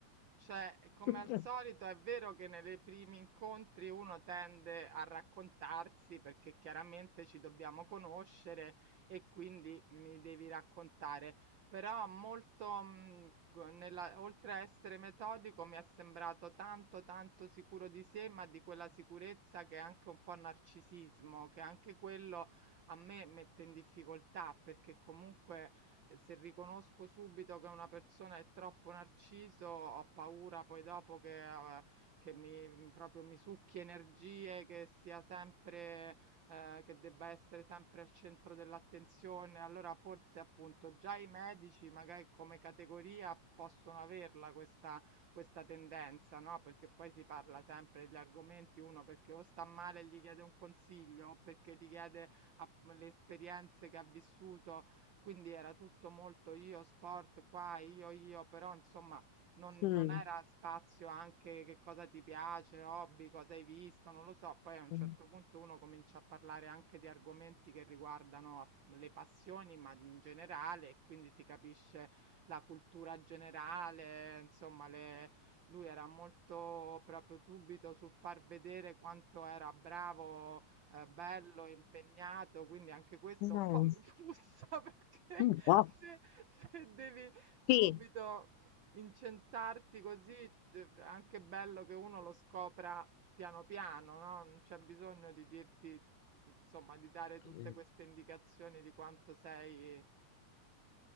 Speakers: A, on the right; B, on the left.
A: Cioè, come
B: <laughs>
A: al solito, è vero che nei primi incontri uno tende a raccontarsi perché chiaramente ci dobbiamo conoscere e quindi mi devi raccontare, però molto, mh, co- nella- oltre a essere metodico, mi è sembrato tanto, tanto sicuro di sé, ma di quella sicurezza che è anche un po' narcisismo, che anche quello a me mette in difficoltà perché comunque e se riconosco subito che una persona è troppo narciso, ho paura poi dopo che, eh, che mi mm, proprio mi succhi energie, che sia sempre, eh, che debba essere sempre al centro dell'attenzione. Allora forse appunto già i medici, magari come categoria, possono averla questa, questa tendenza, no? Perché poi si parla sempre degli argomenti, uno perché o sta male e gli chiede un consiglio, o perché gli chiede a- le esperienze che ha vissuto quindi era tutto molto io, sport qua, io, io, però insomma non,
B: Mm.
A: non era spazio anche che cosa ti piace, hobby, cosa hai visto, non lo so, poi a un
B: Mm.
A: certo punto uno comincia a parlare anche di argomenti che riguardano a- le passioni, ma in generale, e quindi si capisce la cultura generale, insomma, le, lui era molto proprio subito su far vedere quanto era bravo eh, bello, impegnato, quindi anche questo
B: Mm.
A: un po' mi frustra <laughs> perché
B: Un po'.
A: se, se devi subito
B: Sì.
A: incensarti così, eh, è anche bello che uno lo scopra piano piano, no? Non c'è bisogno di dirti, insomma, di dare tutte
B: <clears throat>
A: queste indicazioni di quanto sei